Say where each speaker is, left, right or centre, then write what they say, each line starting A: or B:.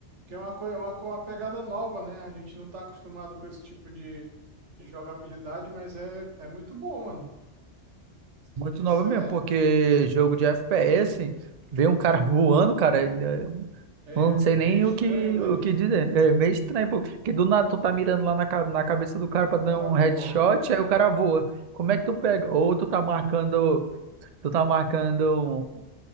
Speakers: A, on the right; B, on the right.
A: que é uma coisa, uma, co- uma pegada nova, né? A gente não tá acostumado com esse tipo de, de jogabilidade, mas é, é muito bom, mano. Se tu
B: Muito
A: quiser,
B: nova mesmo, porque jogo de FPS, vê um cara <laughs> voando, cara, eu
A: é,
B: não
A: é
B: sei
A: meio
B: nem
A: estranho,
B: o que,
A: né?
B: o que dizer. É meio estranho, pô, porque do nada tu tá mirando lá na, ca- na cabeça do cara
A: O
B: pra
A: cara
B: dar um
A: voa.
B: headshot, aí o cara voa. Como é que tu pega? Ou tu tá marcando. tu tá marcando um,